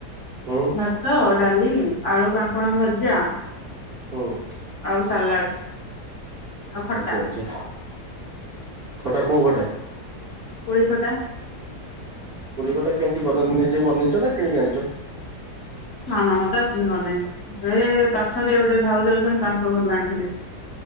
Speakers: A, on the right (about 60°); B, on the left (about 60°).
A: ହୁଁ
B: ଭାତ ଡାଲି ଆଳୁ କା କଣ ଭଜା
A: ହଁ।
B: ଆଉ ସାଲାଡ ଆଉ ଖଟା।
A: ଆଚ୍ଛା ଆଚ୍ଛା ଖଟା କୋଉ ଖଟା?
B: କୋଳି ଖଟା।
A: କୋଳିଖଟା କେମିତି କରନ୍ତି ନିଜେ ବନେଇଛ ନା କିଣିକି ଆଣିଛ?
B: ହଁ ମ ମେତ ତ ଆସେନି କି ନାହିଁ। ଏ ପାଖରେ ଗୋଟେ ଭାଉଜ ଅଛନ୍ତି ତାଙ୍କ ଘରୁ ଆଣିଥିଲି।